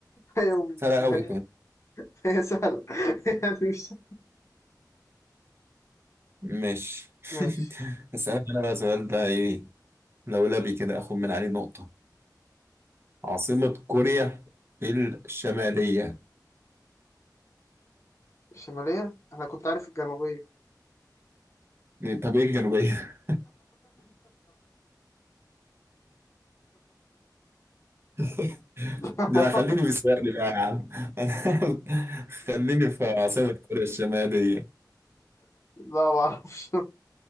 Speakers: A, on the left (about 40°); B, on the right (about 35°).
A: هي
B: سهلة أوي
A: هي,
B: كمان
A: هي سهلة <laughs> يعني مش
B: ماشي
A: ماشي
B: <laughs> أسألك أنا بقى سؤال بقى إيه لولبي كده آخد من عليه نقطة عاصمة كوريا الشمالية
A: الشمالية انا كنت عارف الجنوبية
B: طب ايه الجنوبية؟ <laughs>
A: <laughs>
B: ده خليني في السؤال بقى يا عم <laughs> خليني في عاصمة كوريا الشمالية
A: لا ما اعرفش